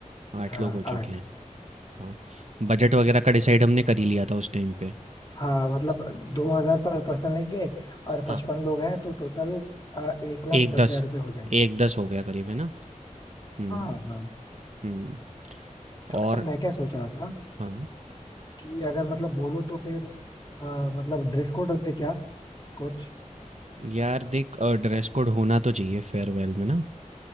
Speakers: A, on the right; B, on the left.
A: आठ
B: हाँ
A: लोग हो चुके
B: आठ
A: हैं, हाँ, बजट वगैरह का डिसाइड हमने कर ही लिया था उस टाइम पे,
B: हाँ मतलब दो हजार पर पर्सन लेंगे और
A: हाँ,
B: पचपन लोग हैं तो टोटल एक लाख
A: एक
B: दस
A: दस,
B: हजार रुपये हो जाएंगे
A: एक दस हो गया करीब, है ना, हम्म
B: हाँ हाँ
A: हम्म
B: तो अच्छा
A: और
B: मैं क्या सोच रहा था
A: हाँ,
B: कि अगर मतलब बोलो तो फिर अ, मतलब ड्रेस कोड रख दे क्या कुछ
A: यार देख ड्रेस कोड होना तो चाहिए फेयरवेल में ना,